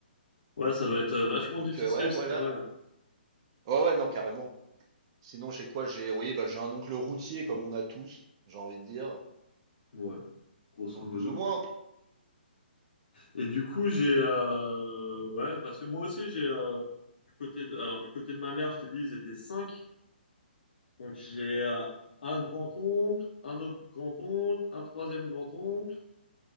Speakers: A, on the left (about 60°); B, on the right (about 30°).
A: Ouais, ça doit être euh, vachement
B: Donc
A: difficile,
B: heu, ouais, voilà.
A: c'est vrai.
B: Ouais, ouais, non, carrément. Sinon, j'ai quoi? J'ai oui, bah, j'ai un oncle routier comme on a tous, j'ai envie de dire,
A: Ouais, grosso
B: ou plus
A: modo.
B: ou moins.
A: Et du coup, j'ai euh, ouais, parce que moi aussi j'ai euh, du côté de, alors du côté de ma mère, je t'ai dit, ils étaient cinq. Donc j'ai euh, un grand-oncle, un autre grand-oncle, un troisième grand-oncle.